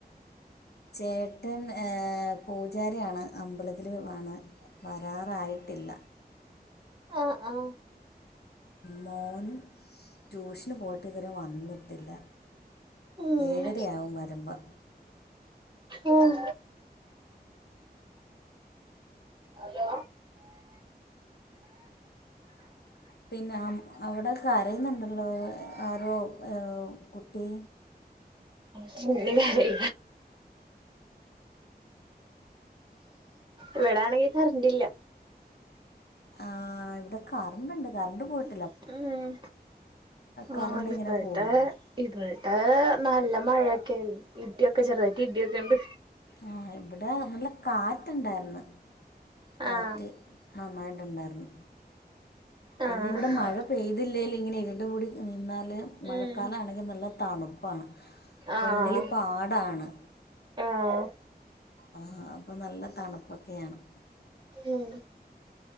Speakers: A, on the left (about 75°); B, on the right (about 30°).
A: ചേട്ടൻ ഏ... പൂജാരിയാണ് അമ്പലത്തിൽ ആണ് വരാറായിട്ടില്ല.
B: അ... ആ
A: മോന് ട്യൂഷനുപോയിട്ടിതുവരെ വന്നിട്ടില്ല.
B: ഉം
A: ഏഴരയാവും വരുമ്പം
B: ഉം ഹലോ
A: പിന്നെ അവിടെൊക്കെ കരയുന്നുണ്ടല്ലോ ആരോ ഏ കുട്ടി
B: പിന്നെവയ്യ ഇവിടാണെങ്കി, കരണ്ടില്ല
A: ആ ഇവിടെകറണ്ടുണ്ട്. കറണ്ടുപോയിട്ടി
B: ഉം.. ഉം.. <inaudible> ആ
A: കറണ്ട്
B: ഇവടേ
A: ഇങ്ങനെ പോവും
B: ഇവടേ നല്ല മഴയൊക്കെയായി ഇടിയൊക്കെ ചെറുതായി ഇടിയൊക്കെയുണ്ട്
A: ആ... ഇവിടെനല്ല കാറ്റു ണ്ടായിരുന്നു കാറ്റ്
B: ആഹ്
A: നന്നായിട്ടുണ്ടായിരുന്നു പിന്നെയിവിടെ
B: ആഹ്
A: മഴ പെയ്തില്ലേലുമിങ്ങനെ യിരുണ്ടുകൂടി നിന്നാൽ മഴക്കാലമാണെങ്കിൽ
B: ഉം
A: നല്ല തണുപ്പാണ്. ഫ്രണ്ടിലുപാടാണ്
B: ആഹ് ആഹ്
A: ആഹ, അപ്പൊനല്ല തണുപ്പൊക്കെയാണ്.
B: ഉം..